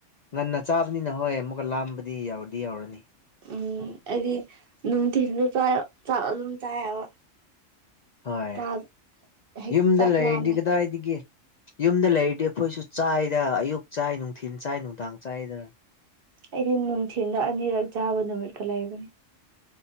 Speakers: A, on the left; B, on the right.
A: ꯉꯟꯅ ꯆꯥꯕꯅꯤꯅ ꯍꯣꯏ ꯑꯃꯨꯛꯀ ꯂꯥꯝꯕꯗꯤ ꯌꯥꯧꯔꯗꯤ ꯌꯧꯔꯅꯤ
B: ꯎꯝ ꯑꯩꯗꯤ ꯅꯨꯡꯊꯤꯟꯜꯁꯨ ꯆ ꯆꯥꯛ ꯑꯗꯨꯝ ꯆꯥꯏꯑꯕ
A: ꯍꯣꯏ
B: ꯆꯥꯛ ꯍꯦꯛ
A: ꯌꯨꯝꯗ
B: ꯆꯥꯛ
A: ꯂꯩꯔꯤꯗꯤ
B: ꯂꯥꯝꯃꯦ
A: ꯀꯗꯥꯏꯒ ꯌꯨꯝꯗ ꯂꯩꯔꯗꯤ ꯑꯩꯈꯣꯏꯁꯨ ꯆꯥꯏꯗ ꯑꯌꯨꯛ ꯆꯥꯏ ꯅꯨꯡꯊꯤꯟ ꯆꯥꯏ ꯅꯨꯡꯗꯥꯡ ꯆꯥꯏꯗ
B: ꯑꯩꯗꯤ ꯅꯨꯡꯊꯤꯜꯗ ꯑꯅꯤꯔꯛ ꯆꯥꯕ ꯅꯨꯃꯤꯠꯀ ꯂꯩꯕꯅꯤ